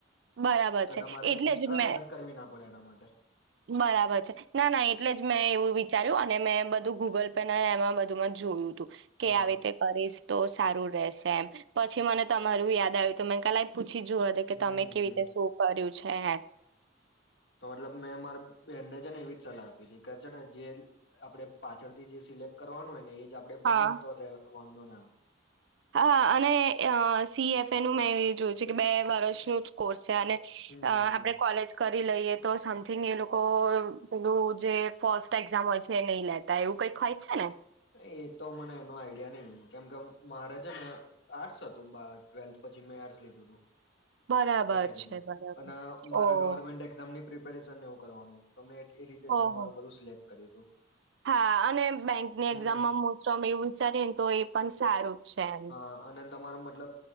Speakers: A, on the right; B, on the left.
A: બરાબર
B: તો
A: છે
B: તમારે
A: એટલે
B: એક્સ્ટ્રા
A: જ મેં
B: મહેનત કરવી, ના પડે એના માટે
A: બરાબર છે, ના, ના એટલે જ મેં એવુ, વિચાર્યું અને મેં બધું ગૂગલ પે ને એમા બધુંમા જ જોયુ. કે
B: હા
A: આવી, રતે કરીશ તો સારુ રશે, એમ પછી, મને તમારુ યાદ આવ્યું તો મે કાલા પછી જુ, કે
B: હમ
A: તમે કેવી
B: હમ
A: રીતે શું કર્યું છે, હે.
B: તો મતલબ મેં મારા બેનને છેને, એવી જ સલાહ આપી હતી. કચ, જે આપડે. પાછળ થી જે સિલેક્ટ કરવાનુ હોય, ને એ આપડે, ભણયંતર
A: હા
B: વંધોને
A: હા અને અ સીએફે એ નું મેં એ જોયું છે કે બે વર્ષ ન જ કોર્સ. છે અને
B: હમ
A: આપડે
B: હમ
A: કોલેજ કર કરી લઈએ તો સમથીિંગ એ લોકો પેલું જે ફર્સ્ટ એક્ઝામ હોય છે એ નહી લેતા એવું કઈક હોય છે ને.
B: એ તો મને એનો આઈડિયા નહી કેમ કે મારે છે ને આર્ટસ હતું ટ્વેલ્થ પછી મેં આર્ટસ લીધું હતું.
A: બરાબર
B: એ ટાઈમે
A: છે બરાબર
B: અને મારા
A: ઓહ
B: ગવર્મેન્ટ એક્ઝામની પ્રિપેરેશન એવું કરવાનું. તો મે એ રીતે
A: ઓહ
B: જ મેં મારું બધું સ્લેટ કર્યું હતું.
A: હા અને બેંકની
B: હમ
A: એક્ઝામમાં મોસ્ટોમ એવું વિચારીએ ને તો એ પણ સારું. જ છે એમ
B: હા, અને તમાર મતલબ